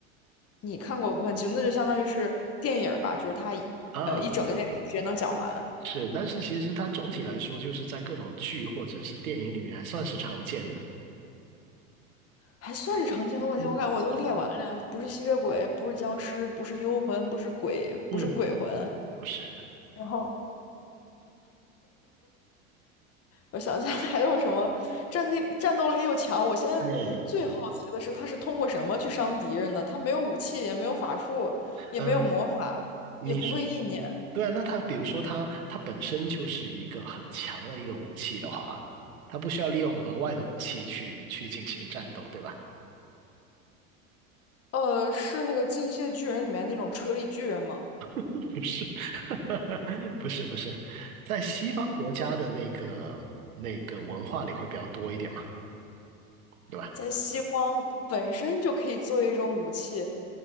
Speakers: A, on the left; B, on the right.
A: 你看过不分季度那就相当于是电影儿吧，就是他
B: 啊。
A: 呃一整个电影时间能讲完，
B: 是，但是其实它总体来说，就是在各种剧或者是电影里面还算是常见的。
A: 还算是常见的。我天，
B: 嗯，
A: 我感觉我都列完了，不是吸血鬼，不是僵尸，不是幽魂，不是鬼，
B: 嗯，
A: 不是鬼魂，
B: 不是，
A: 然后我想一下还有什么战地战斗力又强？我现在最好奇的是，
B: 对，
A: 他是通过什么去伤敌人的？他没有武器，也没有法术，也没有魔法，
B: 呃，你说，
A: 也不会意念。
B: 对啊，那它比如说它它本身就是一个很强的一个武器的话，它不需要利用额外的武器去去进行战斗，对吧？
A: 呃，是那个《进击的巨人》里面那种车力巨人吗？
B: <laughs> 不是，<laughs> 不是，不是，在西方国家的那个那个文化里会比较多一点嘛，对吧？
A: 在西方本身就可以作为一种武器，